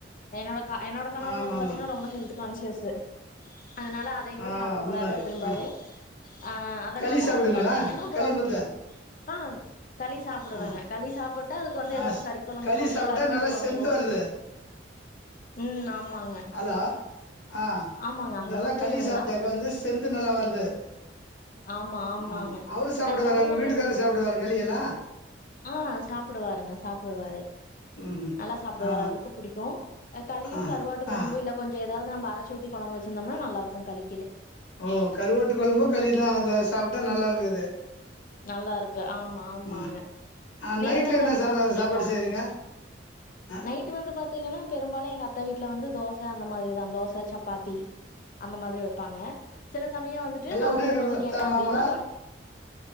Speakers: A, on the left; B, on the left.
A: என்னோட அ என்னோட கணவர்
B: ஆமா
A: வந்து பாத்திங்னா
B: ஆமா
A: ரொம்ப ஹெல்த் கான்ஷியஸு அதனால அத எது
B: ஆ
A: சாப்புட
B: அந்த
A: கூடாது
B: மாரி
A: அப்டிம்பாரு
B: ஆ
A: ஆ அதனால
B: களி சாப்டுவீங்களா
A: வந்து பாத்திங்கனா புரோட்
B: களி முத்த
A: ஆ களி சாப்டுவங்க
B: ஆ
A: களி சாப்பிட் அதுக்கு வந்து
B: ஆ
A: எதாவுது
B: ஸ்
A: கறி கொழம்போ
B: களி
A: இல்ல
B: சாப்ட்டா
A: கருவாடு
B: நல்லா
A: கொழம்போ
B: ஸ்ட்ரென்த் வருது
A: ம் ஆமாங்க
B: ஹலோ ஆ
A: ஆமாங்க ஹலோ
B: நல்லா களி
A: கேக்குதுங்களா
B: சாப்ட்டாக வந்து ஸ்டென்த்து நல்லா வருது
A: ஆமா ஆமாங்க
B: ஆ அவரு சாப்டுவாரா
A: அ களி
B: உங்க
A: வந்து
B: வீட்டுக்காரர்
A: எனக்கு
B: சாப்டுவாரா களி எல்லா
A: ஆ சாப்டுவாருங்க சாப்டுவாரு
B: ம்
A: நல்லா சாப்டுவார்
B: ஆ
A: அவருக்கு புடிக்கு அ கலியு
B: ஆ
A: கருவாட்டு கொழம்பு
B: ஆ
A: இல்ல கொஞ்ச ஏதாவ் நம்ப அரச்சி உத்தி கொழம்பு வெச்சிருந்தோம்னா நல்லா இருக்கு களி
B: ஓ கருவோட்டு கொழம்பு களிதா அத சாப்ட்டா நல்லா இருந்துது
A: நல்லா இருக்கு ஆமா ஆமாங்க
B: ம் ஆ
A: நீங்க
B: நைட்ல
A: ஏதாவது
B: என்ன
A: அப்டி
B: சாதா
A: சாப்ட்ருக்கீங்களா
B: சாப்பாடு செய்றீங்க அ
A: நைட்டு வந்து பாத்தீங்கன்னா பெரும்பாலு எங்க அத்த வீ ட்ல வந்து தோச அந்த மாரி தா தோச சப்பாத்தி அந்த மாதிரி வெப்பாங்க சில சமையோ வந்துட்டு
B: எல்லா
A: நா
B: ஒன்னா
A: வந்து
B: இருக்குங்களா
A: உணவு
B: அத்த
A: கேட்டே அப்டின்னா
B: மாமா
A: ஒ